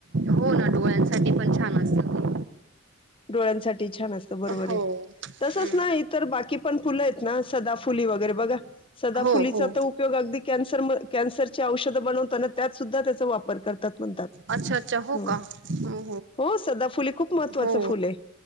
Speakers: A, on the right (about 60°); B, on the left (about 25°).
A: हो ना डोळ्यांसाठी पण छान असत ते.
B: डोळ्यांसाठी छान असत बरोबर
A: हो
B: आहे
A: हम्म
B: तसच ना इतर बाकी पण फुलं आहेत ना सदाफुली वगैरे बघा सदाफुली
A: हो हो
B: चा त उप दि कॅन्सर म कॅन्सर ची औषध बनवता ना त्यात तुझा त्याचा वापर कतात म्हणतात
A: अच्छा अच्छा हो
B: ह.
A: का हो
B: हो सदाफुली खूप महत्त्वाचं
A: हो
B: फुल आहे.